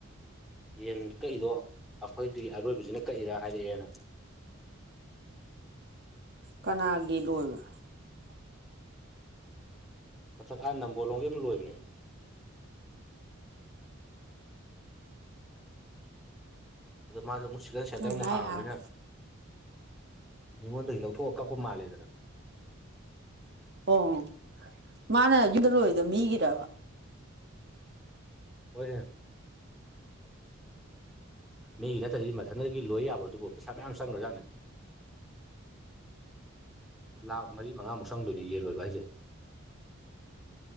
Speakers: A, in the centre; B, on the right.
A: ꯌꯦꯟ ꯀꯛꯏꯗꯣ ꯑꯩꯈꯣꯏꯗꯒꯤ ꯑꯔꯣꯏꯕꯁꯤꯅ ꯀꯛꯏꯔꯥ ꯍꯥꯏꯔꯛꯑꯦꯅ
B: ꯀꯅꯥꯒꯤ ꯂꯣꯏꯕ
A: ꯑꯆꯥ ꯈꯥꯏ ꯅꯝꯕꯣ ꯂꯣꯡꯒꯦ ꯑꯃ ꯂꯣꯏꯕꯅꯦ ꯑ ꯃꯥꯁꯨ ꯑꯃꯨꯛ ꯁꯤꯀꯟ ꯁꯦꯟꯇꯔ
B: ꯅꯪ
A: ꯑꯃꯨꯛ
B: ꯍꯥꯏ
A: ꯍꯥꯡꯉꯅꯤꯅ
B: ꯑꯥꯔ
A: ꯃꯤꯉꯣꯟꯗꯒꯤ ꯂꯧꯊꯣꯛꯑꯒ ꯀ ꯎꯃꯥꯂꯦꯗ꯭ꯔ
B: ꯑꯣ ꯃꯥꯅ ꯌꯨꯝꯗ ꯂꯣꯏꯗ ꯃꯤꯒꯤꯕ
A: ꯍꯧꯣꯏꯦ ꯃꯤꯒꯤ ꯅꯠꯇ꯭ꯔꯗꯤ ꯃꯊꯟꯇꯗꯒꯤ ꯂꯣꯏ ꯌꯥꯕ꯭ꯔꯣ ꯑꯗꯨꯕꯨ ꯄꯩꯁꯥ ꯃꯌꯥꯝ ꯆꯪꯈ꯭ꯔꯖꯥꯠꯅꯤ ꯂꯥꯛ ꯃꯔꯤ ꯃꯉꯥꯃꯨꯛ ꯁꯪꯗꯣꯏꯅꯦ ꯌꯦꯟ ꯂꯣꯏꯕ ꯍꯥꯏꯁꯦ <inaudible> <unintelligible>